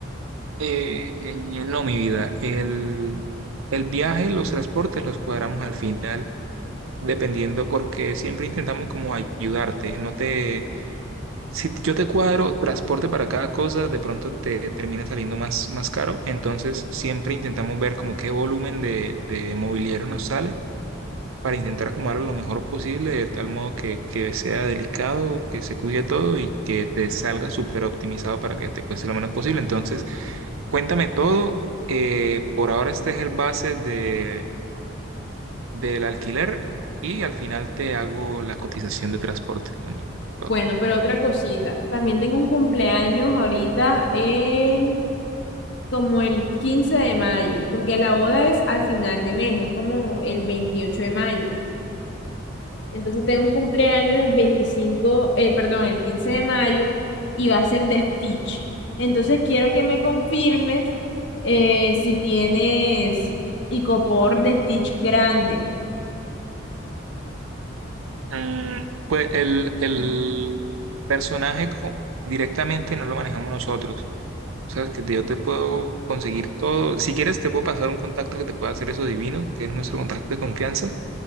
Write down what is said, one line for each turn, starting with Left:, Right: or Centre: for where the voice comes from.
Right: Eh, no, mi vida, el, el viaje, los transportes los cuadramos al final, dependiendo, porque siempre intentamos como ayudarte, no te Si yo te cuadro transporte para cada cosa, de pronto te termina saliendo más, más caro. Entonces, siempre intentamos ver como qué volumen de, de mobiliario nos sale para intentar acomodarlo lo mejor posible, de tal modo que, que sea delicado, que se cuide todo y que te salga súper optimizado para que te cueste lo menos posible. Entonces, cuéntame todo. Eh, por ahora este es el base de, del alquiler y al final te hago la cotización de transporte con todo.
Left: Bueno, pero otra cosita. También tengo un cumpleaños ahorita en como el 15 de mayo, porque la boda es al final de mes, es como el 28 de mayo. Entonces tengo un cumpleaños el 25, eh, perdón, el quince de mayo y va a ser de Stitch. Entonces quiero que me confirmes eh, si tienes icopor de Stitch grande.
Right: Mm, Pues el, el personaje co- directamente no lo manejamos nosotros. Sabes que yo te puedo conseguir todo. Si quieres, te puedo pasar un contacto que te pueda hacer eso divino, que es nuestro contacto de confianza.